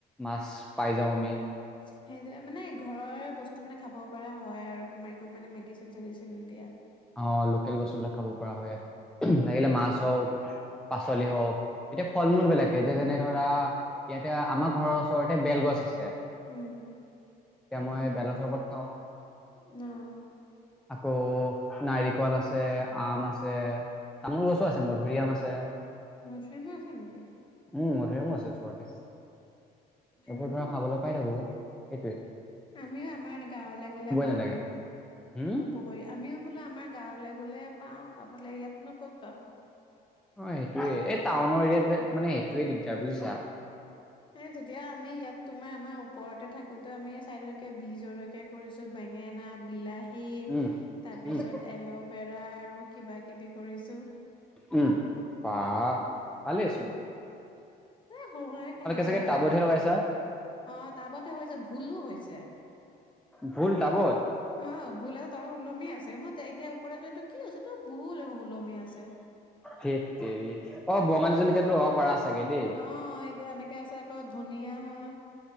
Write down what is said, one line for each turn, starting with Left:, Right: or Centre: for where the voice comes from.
Centre: মাছ পাই যাওঁ আমি।
Left: সেইটোৱে মানে ঘৰৰে বস্তু মানে খাব পৰা হয় আৰু তোমাৰ একো মানে মেডিচিন-চেডিচিন নিদিয়া।
Centre: অ' লোকেল বস্তুবিলাক খাব পৰা হয়। লাগিলে মাছ হওক পাচলি হওক এতিয়া ফল-মূল বিলাকে এতিয়া যেনে ধৰা ইয়াতে আমাৰ ঘৰৰ ওচৰতে বেল গছ আছে।
Left: উম।
Centre: এতিয়া মই বেলৰ চৰবত খাওঁ।
Left: <unintelligible>
Centre: আকৌ নাৰিকল আছে, আম আছে, তামোল গছো আছে, মধুৰি আম আছে।
Left: মধুৰি আমো আছে নেকি?
Centre: উম মধুৰি আমো আছে ওচৰতে।
Left: ভালেই
Centre: এইবোৰ ধৰা খাবলৈ পাই থাকো সেইটোৱে।
Left: আমিও আমাৰ গাঁৱলে গলে পাওঁ
Centre: নালাগে
Left: আৰু।
Centre: হম
Left: উপকাৰী আমিও বোলো আমাৰ গাঁৱলৈ গ'লে পাওঁ খাবলৈ ইয়াতনো ক'ত পাম।
Centre: অ' সেইটোৱে এই টাউনৰ এৰিয়াত গলে মানে সেইটোৱে দিগদাৰ। বুজিছা?
Left: সে তেতিয়া আমি ইয়াত তোমাৰ আমাৰ ওপৰতে থাকোতে আমি চাইডলৈকে বীজল হে কৰিছো বেঙেনা, বিলাহী।
Centre: উম
Left: তাৰ পিছত
Centre: উম
Left: এল'ভেৰা আৰু কিবা-কিবি কৰিছো।
Centre: উম বাহ! ভালেই চুন।
Left: এ সৰু-সোৰাকে খাই থাকিবলৈ
Centre: চাগে
Left: হয়
Centre: টাবতহে
Left: আৰু
Centre: লগাইছা
Left: অ' টাবতে হৈছে ভুলো হৈছে।
Centre: ভুল টাবত?
Left: অ' ভুল এ তলত ওলমি আছে মই এতিয়া ওপৰতোটো কি হৈছে তো ভুল ওলমি আছে।
Centre: হেট তেৰি! অ' বঙালী জলকীয়াটো লগাব পাৰা চাগে দেই।
Left: অ' এইটো এনেকে আছে আকৌ ধুনীয়া হে'